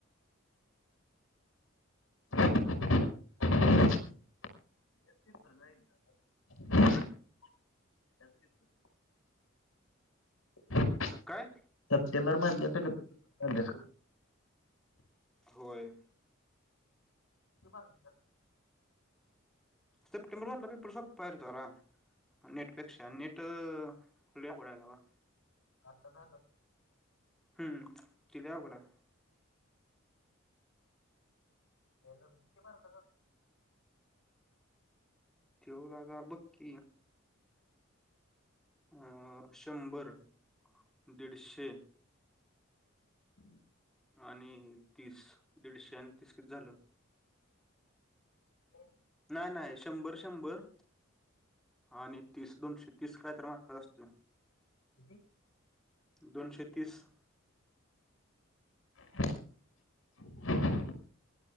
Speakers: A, on the left; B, in the centre.
A: <unintelligible> <inaudible>
B: उं.
A: <unintelligible>
B: काय?
A: सप्टेंबर मधलं तर <unintelligible> अभ्यास
B: होय.
A: ते बर <unintelligible>
B: सप्टेंबर मधला पेपर, सोपाय रे जरा. नेटपेक्षा, नेट अ <unintelligible> पडायलावा.
A: आता झालं.
B: हम्म ती लई अवघड हय.
A: पहिला पेपर किती मारका चा?
B: ठेव ला <unintelligible> बक्की. अं शंभर-दीडशे.
A: हम् <unintelligible>
B: आणि तीस, दीडशे अन तीस किती झालं?
A: हॊ <unintelligible>
B: नाय नाय, शंभर शंभर आणि तीस, दोनशे तीस काय तर मार्क असत.
A: किती? <unintelligible>
B: दोनशे तीस.
A: <unintelligible>